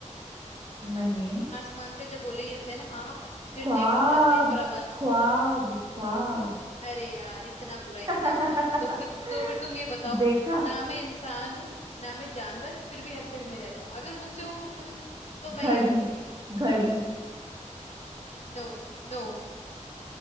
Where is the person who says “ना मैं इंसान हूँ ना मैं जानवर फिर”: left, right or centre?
Left